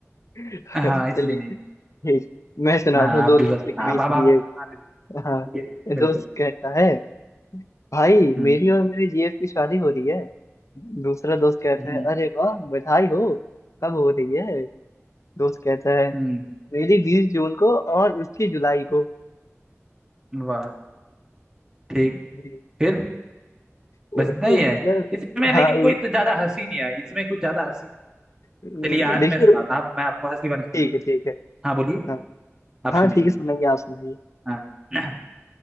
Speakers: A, on the left (about 75°); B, on the right (about 15°).
A: <laughs>
B: हाँ इसलिए
A: चलिए
B: नहीं गया
A: ठीक मैं सुनाता
B: हाँ
A: हूँ
B: आप
A: दो
B: भी
A: दोस्तों
B: बत,
A: के
B: आप
A: बीच
B: आप
A: की
B: आप
A: एक
B: हाँ बिल्कुल
A: हाँ
B: ये- बिल्कुल
A: दोस्त कहता है भाई
B: हम्म
A: मेरी और मेरे जीएफ की शादी हो रही है दूसरा दोस्त कहता
B: हम्म
A: है अरे वाह बधाई हो कब हो रही है दोस्त कहता है
B: हम्म
A: मेरी बीस जून को और उसकी जुलाई को
B: वाह ठीक
A: जी
B: फिर
A: अ,
B: बस इतना ही है
A: मतलब
B: इसमें
A: हाँ
B: लेकिन कोई तो ज्यादा हंसी नहीं आई इसमें कुछ ज्यादा हंसी
A: हम्म,
B: चलिए आज
A: देखिए
B: मैं सुनाता हूँ आप- मैं आपको हंसी वाली सुनाती
A: ठीक है ठीक
B: हूँ
A: है
B: हाँ बोलिए
A: हाँ
B: आप
A: हाँ
B: सुनिए
A: ठीक है सुनाइए आप सुनाइए
B: हाँ <clears throat>